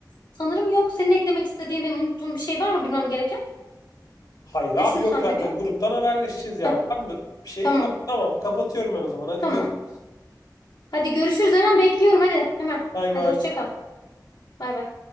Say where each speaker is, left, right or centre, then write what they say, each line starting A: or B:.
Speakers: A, on the left (about 80°); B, on the left (about 70°).
A: sanırım yok. Senin eklemek istediğin benim unuttuğum bir şey var mı bilmem gereken?
B: Hayır abi
A: Düşün
B: yok
A: sen
B: zaten
A: de bir.
B: gruptan haberleşeceğiz
A: Heh,
B: yani. Var mı bir şey?
A: tamam.
B: Yok. Tamam kapatıyorum ben o zaman. Hadi
A: Tamam.
B: görüşürüz.
A: Hadi görüşürüz hemen bekliyorum hadi. Hemen.
B: Bay bay.
A: Hadi hoşça kal. Bay bay.